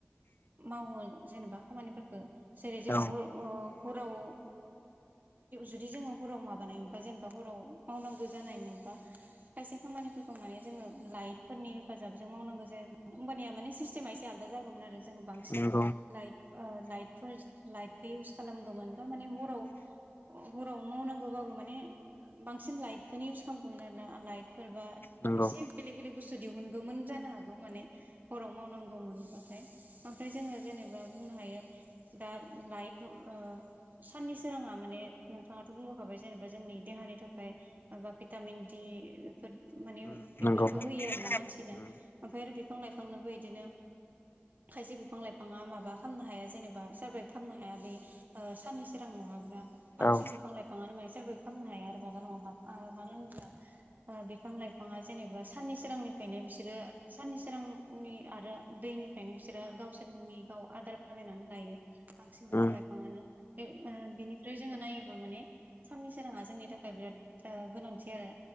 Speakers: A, on the right; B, on the left.
A: मावो जेनेबा खामानिफोरखौ जेरै जोंङो
B: औ
A: हर अ हराव जुदि जोंङो हराव माबानाय मोनबा जेनेबा हराव मावनांगौ जानाय मोनबा खायसे खामानिफोरखौ माने जोङो लाइटफोरनि हेफाजाबजों मावनांगौ जाया होमबानिया माने सिस्टेमा एसे आलादा जागौमोन आरो आरो जोंङो बांसिन
B: नंगौ
A: लाइट लाइटफोर लाइटखौ इउस खालामगौमोन बा माने हराव हराव मावनांगौबाबो माने बांसिन लाइटखौनो इउस खालामगौमोन आरो ना लाइट सोरबा
B: नंगौ
A: एसे बेलेक बेलेक बुस्थु दिहुनगौमोन जानो हागौ माने हराव मावनांगौ मोनबाथाय ओमफ्राय जोंङो जेनेबा बुंनो हायो दा लाइट ओ साननि सोराङा माने नोंथाङाथ' बुंबोखाबाय जेनेबा जोंनि देहानि थाखाय बा भिटामिन दि फोर माने
B: नंगौ
A: बेफोरखौ होयो आरो ना मानसिनो
B: उम
A: ओमफ्राय आरो बिफां लाइफांनोबो बिदिनो खायसे बिफां लाइफाङा माबा खालामनो हाया जेनेबा सारभाइभ खालामनो हाया बे ओ साननि सोरां नङाब्ला बांसिन
B: औ उम
A: बिफां लाइफांयानो मा सोरबो खालामनो हाया आरो माबा नङाबा ओ मानो होनब्ला बिफां लाइफाङा जेनेबा साननि सोरांनिफ्रायनो बिसोरो साननि सोरांनि आरो दैनिफ्रायनो बिसोरो गावसोरनि गाव आदार बानायनानै लायो बांसिन बिफां
B: नंगौ
A: लाइफाङानो। बिनिफ्राय जोङो नायोबा माने साननि सोराङा जोंनि थाखाय बिराद गोनांथि आरो।